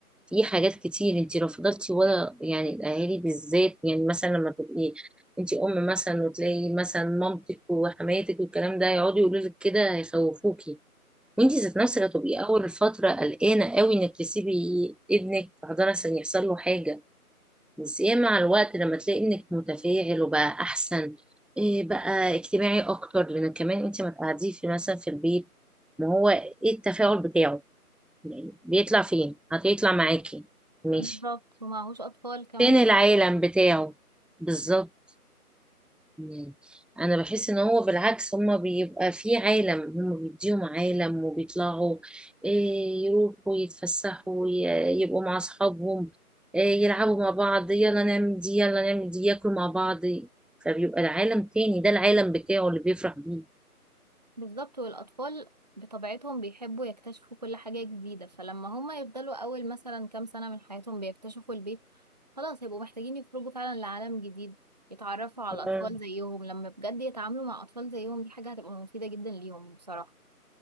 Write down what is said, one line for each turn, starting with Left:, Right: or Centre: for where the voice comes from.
Centre: في حاجات كتير انت لو فضلتي ورا يعني الاهالي بالذات يعني مثلا لما تبقي انت ام مثلا وتلاقي مثلا مامتك وحماتك والكلام ده يقعدوا يقولوا لك كده هيخوفوكي وانت ذات نفسك هتبقي اول فترة قلقانة قوي انك تسيبي ابنك في حضانة عشان يحصل له حاجة بس ايه مع الوقت لما تلاقي انك متفاعل وبقى احسن إيه بقى اجتماعي اكتر لان كمان انت ما تقعديه في مثلا في البيت ما هو ايه التفاعل بتاعه يعني بيطلع فين هتطلع معاكي ماشي
Right: بالظبط ومعهوش أطفال كمان
Centre: فين العالم بتاعه بالظبط مم. انا بحس ان هو بالعكس هما بيبقى في عالم هما بيديهم عالم وبيطلعوا إيه، يروحوا يتفسحوا ي- يبقوا مع اصحابهم إيه، يلعبوا مع بعض يلا نعمل دي يلا نعمل دي ياكلوا مع بعض فبيبقى العالم تاني ده العالم بتاعه اللي بيفرح بيه
Right: بالظبط والأطفال بطبيعتهم بيحبوا يكتشفوا كل حاجة جديدة فلما هما يفضلوا أول مثلا كام سنة من حياتهم بيكتشفوا البيت خلاص هيبقوا محتاجين يخرجوا فعلا لعالم جديد يتعرفوا على
Centre: اه
Right: أطفال زيهم لما بجد يتعاملوا مع أطفال زيهم دي حاجة هتبقى مفيدة جدا ليهم بصراحة